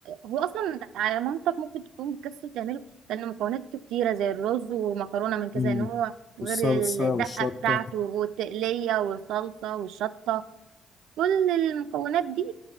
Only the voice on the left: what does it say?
مم.
والصلصه
والشطه